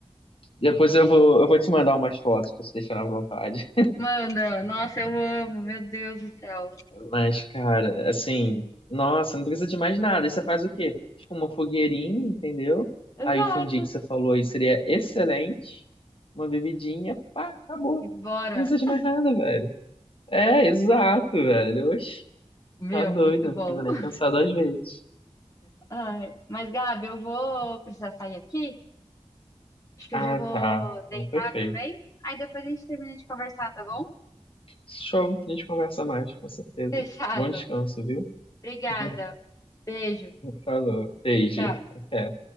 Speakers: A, on the left; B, on the left.
A: Depois eu vou, eu vou te mandar umas fotos pra você deixar na vontade.
B: Manda, nossa, eu amo, meu Deus do céu.
A: Mas, cara, assim, nossa, não precisa de mais nada. Aí você faz o quê? Tipo, uma fogueirinha, entendeu?
B: Exato.
A: Aí o fundi que você falou aí seria excelente. Uma bebidinha, pá, acabou.
B: E bora.
A: Não precisa de mais nada, velho. É, exato, velho. Oxe,
B: Meu,
A: tá doido.
B: muito bom.
A: Não precisa nem
B: <laughs>
A: pensar duas vezes.
B: Ai, mas Gabi, eu vou precisar sair aqui. Acho que
A: Ah,
B: eu já vou
A: tá.
B: deitar
A: Não, perfeito.
B: também. Aí depois a gente termina de conversar, tá bom?
A: Show. A gente conversa mais, com certeza.
B: <laughs> Fechado.
A: Bom descanso, viu?
B: Obrigada.
A: <laughs>
B: Beijo.
A: Falou. Beijo.
B: Tchau.
A: Até.